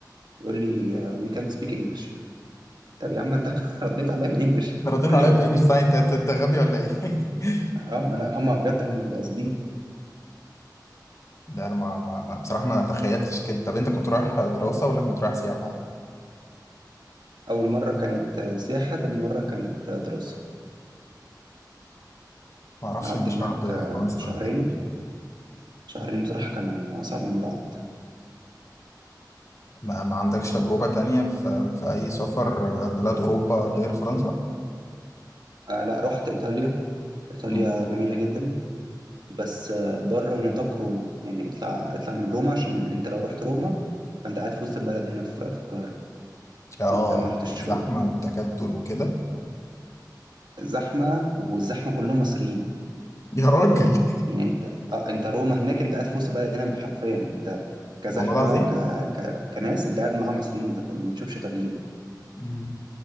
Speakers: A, on the right (about 75°); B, on the left (about 40°).
A: يقول لي وي كانت سبيك انجلش طب يا عم انت <laughs> رديت عليا بالانجلش
B: انت رديت
A: قول
B: عليا
A: لي هو
B: بالانجلش
A: فين
B: صحيح انت انت أنت غبي ولا ايه؟ <laughs>
A: هم لا هم بجد هم بيبقوا قاصدين
B: لا انا ما ما ما- بصراحه ما تخيلتش كده طب انت كنت رايح دراسه ولا كنت رايح سياحه؟
A: اول مره كانت آه، سياحه تاني مره كانت آه، دراسه
B: ما اعرفش
A: قعدت
B: ان شعب
A: هناك آه،
B: فرنسا
A: شهرين
B: كده
A: شهرين بصراحه كانوا اصعب من بعض
B: ما, ما عندكش تجربة تانية في, في أي سفر بلاد أوروبا غير فرنسا؟
A: آه لا رحت ايطاليا ايطاليا
B: مم.
A: جميله جدا بس آه، بره نطاق روما يعني اطلع اطلع من روما عشان انت لو رحت روما فانت قاعد في وسط البلد هنا في في القاهره
B: آه
A: انت ما رحتش
B: زحمة
A: روما
B: وتكتل وكده
A: زحمه والزحمه كلهم مصريين
B: يا راجل
A: يعني انت اه انت روما هناك انت قاعد في وسط بلد هنا حرفيا انت كزحمه
B: <laughs> والله العظيم
A: وك ك... كناس انت قاعد مع مصريين انت ما بتشوفش ايطاليين
B: مم.